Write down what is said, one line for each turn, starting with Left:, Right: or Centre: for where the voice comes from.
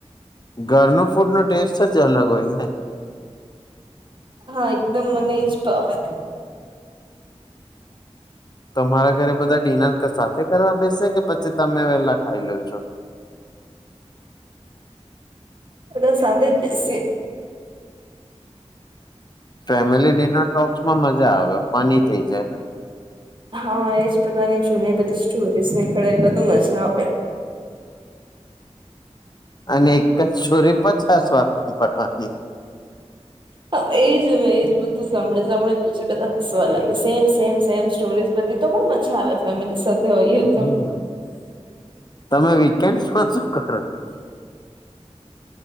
Left: ઘરનું ફૂડનો ટેસ્ટ જ અલગ હોય ને!
Right: હા, એકદમ મને એજ ભાવે.
Left: તમારા ઘરે બધા ડિનર ક સાથે કરવા બેસે, કે પછી તમે વેલા ખાઈ લો છો?
Right: બધા સાથે જ બેસીએ.
Left: ફેમિલી ડિનર ટોક્સમાં મજા આવે. ફની થઈ જાય.
Right: હા, એજ બધાની જૂની એ બધી સ્ટોરીઝ નીકળે, એ બધું મજા આવે.
Left: અનેક એક જ સ્ટોરી પચાસ વાર હાંભળવાની.
Right: હા, એજ એજ, બધું સાંભળી બધા હસવા લાગે સેમ સેમ સેમ સ્ટોરી બધી. તો પણ મજા આવે ફેમિલી સાથે. તો એ
Left: હમ
Right: તો.
Left: તમે વીકેન્ડ શું છો. કખરા.